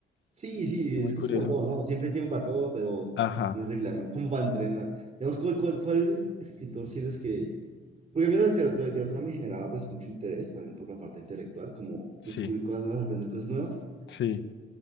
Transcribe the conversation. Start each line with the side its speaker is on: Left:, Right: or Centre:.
Right: Sí, sí,
Left: Muy
Right: es que
Left: curioso.
Right: es como todo, ¿no? Siempre hay tiempo para todo, pero
Left: Ajá,
Right: muy regular, ¿no? Como para entrenar. Digamos, ¿cuál, cuál, cuál escritor sientes que Porque a mí la literatura, la literatura me generaba pues mucho interés también por la parte intelectual, como
Left: sí,
Right: descubrir cosas nuevas, aprender cosas nuevas.
Left: sí,